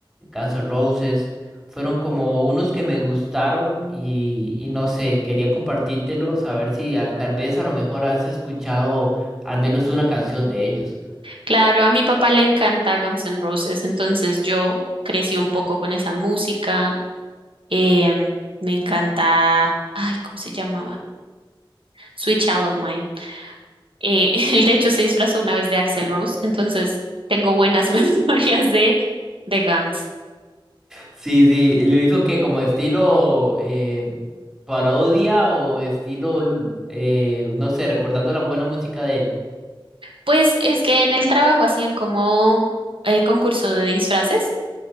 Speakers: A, in the centre; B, on the right (about 80°).
A: Guns N' Roses, fueron como unos que me gustaron y, y no sé, quería compartírtelos, a ver si al- tal vez a lo mejor has escuchado al menos una canción de ellos.
B: Claro, a mi papá le encanta Guns N' Roses, entonces yo crecí un poco con esa música. Em, me encanta, ay, ¿cómo se llamaba? Sweet Child of Mine. Eh, <laughs> él de hecho se disfrazó una vez de Axl Rose, entonces tengo buenas <laughs> memorias de, de Guns.
A: Sí, sí, lo hizo que como estilo eh, parodia o estilo, l- eh, no sé, recordando la buena música de él.
B: Pues es que en el trabajo hacían como eh, concurso de disfraces,